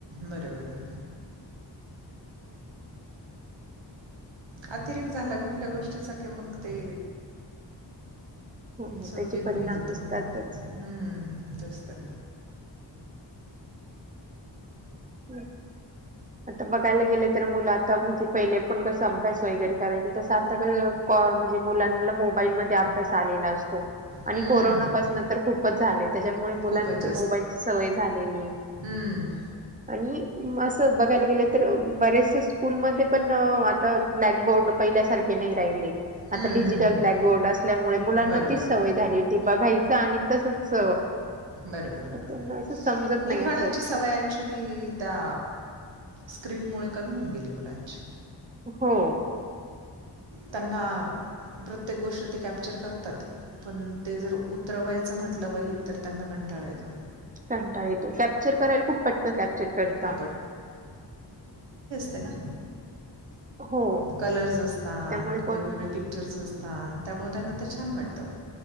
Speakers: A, on the right (about 85°); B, on the right (about 20°).
A: बरोबर! अतिरे्त झाला कुठल्या गोष्टीचा की मग ते,
B: हो
A: सगळं
B: त्याचे
A: बिघडून
B: परिणाम
A: जात
B: दिसतातच.
A: मग हम्म तेच तर,
B: हम! आता बघायला गेलं तर मुलं आता म्हणजे, पहिले पण कसं अभ्यास वगैरे करायचे तसं आता कसं म्हणजे मुलांना मोबाईलमध्ये अभ्यास आलेला असतो. आणि
A: हम्म,
B: कोरोनापासन तर खूपच झाले त्याच्यामुळे मुलांना
A: खूपच
B: ते मोबाईलची सवय झालेली.
A: हमंम.
B: आणि असं बघायला गेलं तर, बरेचसे स्कूलमध्ये पण आता ब्लॅकबोर्ड पहिल्यासारखे नाही राहिले.
A: हम्म,
B: आता डिजिटल
A: हम्म, हम्म.
B: ब्लॅकबोर्ड असल्यामुळे मुलांना
A: बरोबर
B: तीच सवय
A: बरोबर
B: झाली होती बघायच आणि तसच.
A: बरोबर बरोब
B: त्यांना असं समजत नाही
A: लिखाणाची
B: असं
A: सवय ऍक्च्युली त्या स्क्रीनमुळे कमी होऊन गेली मुलांची.
B: हो!
A: त्यांना प्रत्येक गोष्ट ते कॅप्चर करतात. पण ते जर उतरवायचं म्हटलं वहीत तर त्यांना कंटाळायेतो.
B: कंटाळा येतो कॅप्चर करायला खूप पटकन कॅप्चर करता.
A: खूप ते ना!
B: हो!
A: कलर्स असतात
B: त्यामुळे कोण
A: वेगवेगळे पिक्चर्स असतात त्यामुळे.. ताना तर छान वाटतं